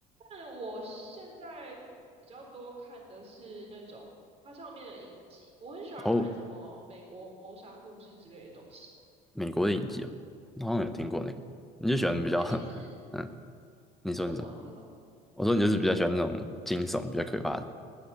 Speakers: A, on the right; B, in the centre.
A: 但我现在比较多看的是那种它上面的影集，我很喜欢看什么美国谋杀故事之类的东西。
B: 哦，美国的影集哦，我好像有听过那个。你就喜欢比较，
A: 不一定是，嗯
B: <laughs> 嗯，你说你说，
A: 你说什么？你说什么？
B: 我说你就是比较喜欢那种惊悚、
A: 没关系，你说。
B: 比较可怕的。